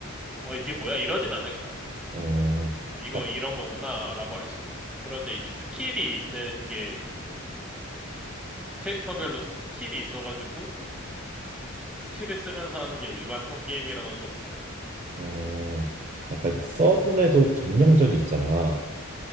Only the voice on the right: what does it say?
어,
약,
어, 약간 서든에도 점령전이 있잖아.